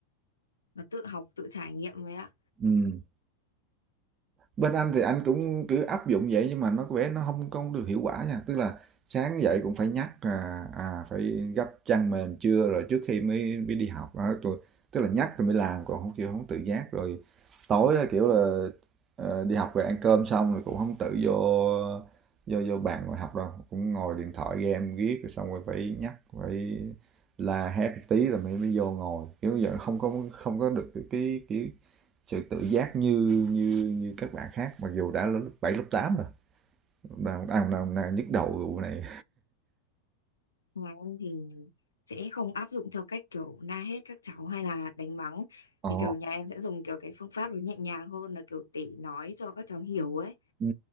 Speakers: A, on the left; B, on the right.
A: nó tự học tự trải nghiệm ấy ạ.
B: ừ Bên anh thì anh cũng cứ áp dụng vậy nhưng mà nó có vẻ nó không không được hiệu quả nha, tức là sáng dậy cũng phải nhắc là, à, phải gấp chăn mền trưa rồi trước khi mới mới đi học, đó, rồi tức là nhắc rồi mới làm, còn không kêu không tự giác. Rồi tối á, kiểu là, ờ, đi học về ăn cơm xong rồi cũng không tự vô vô vô bàn ngồi học đâu, cũng ngồi điện thoại game viết rồi xong rồi phải nhắc, phải la hét tí rồi mới mới vô ngồi, kiểu vậy, không có không có được cái cái, kiểu, sự tự giác như như như các bạn khác mặc dù đã lớp 7 lớp 8 rồi đang đang đang, đang nhức đầu vụ này
A: Nhà em thì sẽ không áp dụng theo cách kiểu la hét các cháu hay là đánh mắng
B: ồ
A: thì kiểu nhà em sẽ dùng kiểu cái phương pháp nó nhẹ nhàng hơn là kiểu để nói cho các cháu hiểu ấy
B: ừ